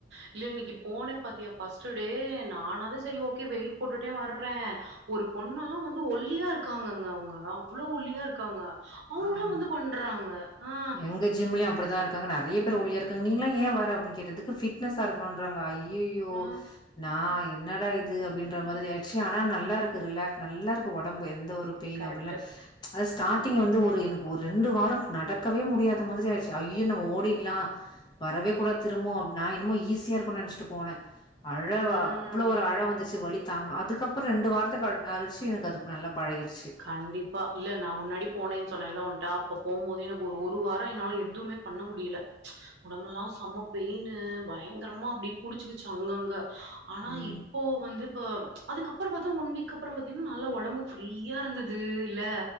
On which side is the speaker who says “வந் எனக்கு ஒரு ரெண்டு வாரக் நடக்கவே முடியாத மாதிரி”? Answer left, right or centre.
Left